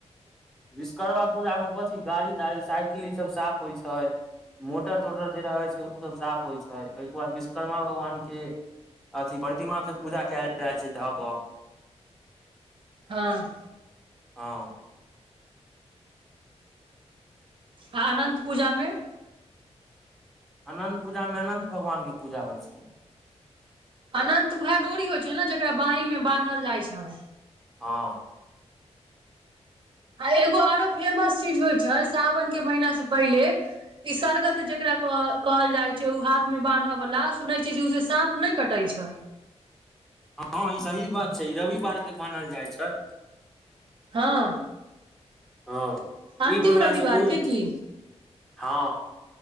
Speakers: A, in the centre; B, on the right.
A: विश्वकर्मा पूजा मे कथी गाड़ी-ताड़ी साइकिल ई सब साफ होय छै। मोटर-तोटर जे रहै छै ओ सब साफ होय छै ओयके बाद विश्वकर्मा भगवान के अथी प्रतिमा के पूजा कैल जाइ छै धऽ कऽ।
B: हँ।
A: हँ।
B: आ अनन्त पूजामे
A: अनन्त पूजामे अनन्त भगवानके पूजा होइ छै।
B: अनंत उहा डोरी होइ छै ने जेकरा बाँहिं मे बान्हल जाइ छै।
A: हँ।
B: आ एगो आरो फेमस चीज होइ छै सावनके महिना से पहिले ई सरगत जेकरा कह कहल जाय छै उ हाथ में बानहय वाला सुनै छियै जे उ से साँप नै कटै छै।
A: हँ ई सही बात छै ई रविवार के बान्हल जाइ छै।
B: हँ।
A: हँ
B: अंतिम
A: ई बनहला
B: रविवार
A: सँ कोनो
B: के की
A: हँ।